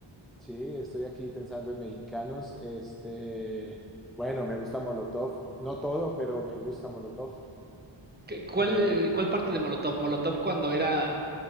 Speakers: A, in the centre; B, on the right (about 20°).
A: sí, estoy aquí pensando en mexicanos. Este, bueno, me gusta Molotov, no todo, pero me gusta Molotov.
B: ¿Qué- ¿Cuál,
A: Eh,
B: cuál parte de Molotov? Molotov cuando era